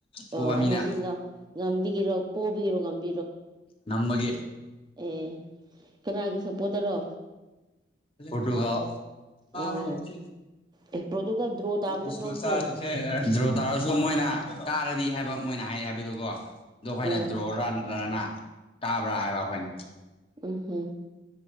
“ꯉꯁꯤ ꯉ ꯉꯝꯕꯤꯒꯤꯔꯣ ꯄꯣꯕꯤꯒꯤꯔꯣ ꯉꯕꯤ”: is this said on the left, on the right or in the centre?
Right